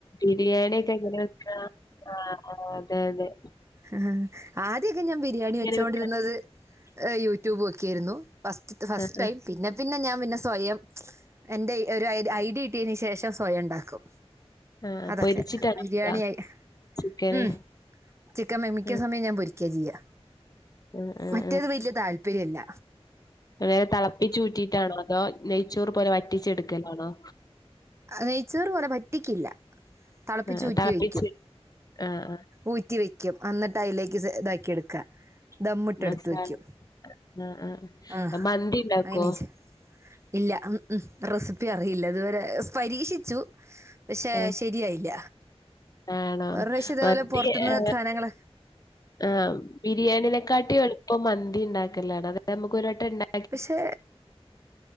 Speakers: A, on the left; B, on the right.
A: ബിരിയാണി ഒക്കെ എങ്ങനെ വെക്കാ ആഹ് അ അതെതെ
B: ആ ആദ്യയൊക്കെ ഞാൻ ബിരിയാണി വെച്ചോണ്ടിരുന്നത്
A: വെക്കാ?
B: യൂട്യൂബ് നോക്യായിരുന്നു ഫസ്റ്റ് ഫസ്റ്റ്
A: ആഹ് ആഹ്
B: ടൈം പിന്നെ പിന്നെ ഞാൻ പിന്നെ സ്വയം എന്റെ ഒരു ഐഡിയ കിട്ടിയതിന് ശേഷം സ്വയം ഉണ്ടാക്കും
A: ആഹ്
B: അതൊക്കെ
A: പൊരിച്ചിട്ടാണോ
B: ബിരിയാണി
A: വെക്കാ
B: ആയി
A: ചിക്കന്?
B: ഉം ചിക്കൻ മി മിക്ക
A: ആഹ്
B: സമയം ഞാൻ പൊരിക്ക ചെയ്യാ
A: ആഹ് ആഹ്
B: മറ്റേത് വല്യ താതാൽപര്യല്ല
A: എങ്ങനെ തളപ്പിച്ചുറ്റീറ്റാണോ അതോ നെയ്ച്ചോറ് പോലെ വറ്റിച്ചെടുക്കലാണോ
B: നെയ്ച്ചോറ് പോലെ വറ്റിക്കില്ല തിളപ്പിച്ച്
A: ആഹ്
B: ഊറ്റി
A: തിളപ്പിച്ച്
B: വെക്കും
A: ആഹ് ആഹ്
B: ഊറ്റി വെക്കും അന്നിട്ട് അതിലേക്ക് സ ഇതാക്കി എടുക്കുക ദമ്മുട്ട
A: മസാല
B: എടുത്ത് വെക്കും
A: ആഹ് ആഹ്
B: ആഹ്
A: മന്തി ഇണ്ടാക്കോ?
B: അയ്നേച്ച് ഇല്ല ഉം ഉം റെസിപ്പി അറിയില്ല ഇതുവരെ സ് പരീക്ഷിച്ചു പക്ഷെ
A: ആഹ്
B: ശരിയായില്ല
A: ആണോ
B: ഒരു പ്രാവശ്യം ഇതേപോലെ
A: മത്തി
B: പുറത്തുനിന്ന്
A: ഏ
B: സാധനങ്ങൾ
A: ആഹ് ബിരിയാണിനെക്കാട്ടി എളുപ്പം മന്തി ഉണ്ടാക്കലാണ് അത് നമുക്ക് ഒരു വട്ടം ഉണ്ടാ
B: പക്ഷെ